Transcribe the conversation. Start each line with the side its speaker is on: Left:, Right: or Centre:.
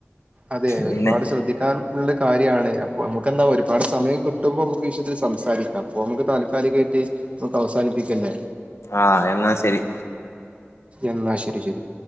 Right: അതെ
Left: പിന്നെ
Right: ഒരുപാട് ശ്രദ്ധി ക്കാൻ ഉള്ള കാര്യാണ് അപ്പോ നമുക്ക്ന്താ ഒരുപാട് സമയം കിട്ടുമ്പോ നമുക്ക് വിഷയത്തി സംസാരി അപ്പൊ നമുക്ക് താൽക്കാലികായിട്ട് നമുക്ക് അവസാനിപ്പിക്കല്ലേ
Left: ആഹ് എന്നാ ശരി
Right: എന്നാ ശരി ശരി